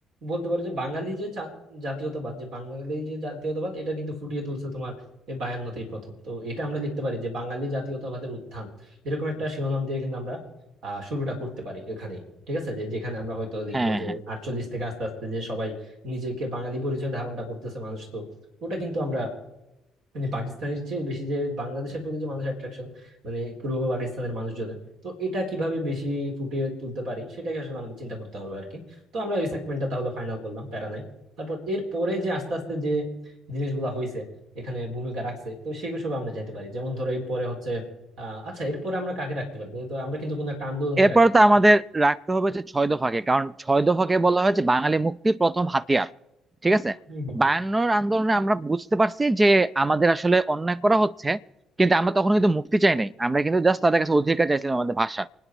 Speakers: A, on the right (about 55°); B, on the right (about 20°).
A: বলতে পারো যে বাঙালি যে চা- জাতীয়তাবাদ যে বাঙালি যে জাতীয়তাবাদ এটা কিন্তু ফুটিয়ে তুলছে তোমার এই বায়ান্নতেই প্রথম তো এটা আমরা লিখতে পারি যে বাঙালি জাতীয়তাবাদের উত্থান এরকম একটা শিরোনাম দিয়ে কিন্তু আমরা আহ শুরুটা করতে পারি এখানে ঠিক আছে যে যেখানে আমরা হয়তো লিখবো
B: হ্যাঁ
A: যে
B: হ্যাঁ
A: আটচল্লিশ থেকে আস্তে আস্তে যে সবাই নিজেকে বাঙালি পরিচয় ধারণটা করতেছে মানুষ তো ওটা কিন্তু আমরা মানে পাকিস্তানের চেয়ে বেশি যে বাংলাদেশের প্রতি যে মানুষের অ্যাট্রাকশন মানে পূর্ব পাকিস্তানের মানুষজনের তো এটা কিভাবে বেশি ফুটিয়ে তুলতে পারি সেটাই আসলে আমাদের চিন্তা করতে হবে আর কি তো আমরা ওই সেগমেন্টটা তাহলে ফাইনাল করলাম প্যারা নাই তারপর এর পরে যে আস্তে আস্তে যে জিনিসগুলো হয়েছে এখানে ভূমিকা রাখছে তো সেগুলো সব আমরা যাইতে পারি যেমন ধরো এরপরে হচ্ছে আহ আচ্ছা এরপরে আমরা কাকে রাখতে পারি তো আমরা কিন্তু কোনো একটা আন্দোলনকে
B: এরপর
A: রাখতে
B: তো আমাদের রাখতে হবে যে ছয় দফাকে কারণ ছয় দফাকে বলা হয়েছে বাঙালি মুক্তির প্রথম হাতিয়ার ঠিক আছে
A: হম
B: বায়ান্নর আন্দোলনে আমরা বুঝতে পারছি যে আমাদের আসলে অন্যায় করা হচ্ছে কিন্তু আমরা তখন কিন্তু মুক্তি চাই নাই আমরা কিন্তু জাস্ট তাদের কাছে অধিকার চাইছিলাম আমাদের ভাষা